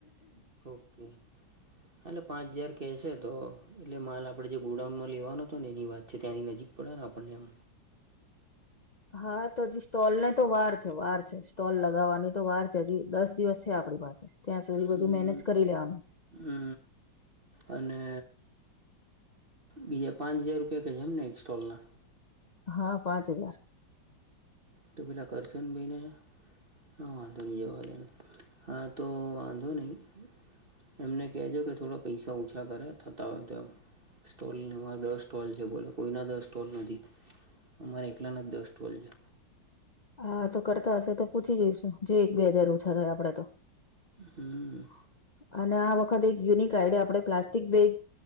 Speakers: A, on the right (about 35°); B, on the left (about 80°).
A: ઓકે એાટલે પાંચ હજાર કહેશે તો એટલે માલ આપણે જે ગોડાઉનમાં લેવાનો હતો ને એની વાત છે ત્યાંની નજીક પઢના આપનેમ
B: હા તોજી સ્ટોલ ને તો વાર છે વાર છે સ્ટોલ લગાવવાની તો વાર છે હજી દસ દિવસ છે આપણી પાસે ત્યાં સુધી
A: હમ્મ
B: બધું મેનેજ કરી લેવાનું
A: એ અને બીજા પાંચ હજાર રૂપિયા ક જ છે એમને એક સ્ટોલના.
B: હા પાંચ હજાર
A: તુબલા કરથન બેને હા વાંધો નહી જોવા દનું હા તો વાંધો નહી એમને કહેજો કે થોડા પૈસા ઓછા કરે થતા હોય તો એ સ્ટોલને અમારે દસ સ્ટોલ છે બોલો કોઈના દસ સ્ટોલ નથી, અમારે એકલાના જ દસ સ્ટોલ છે.
B: હા તો કરતા હશે તો પૂછી જઈશું જે એક બે હજાર ઓછા થાય આપડે તો.
A: હમ.
B: હ <unintelligible> અને આ વખત એક યુનિક આઈડિયા આપણે પ્લાસ્ટિક બેગ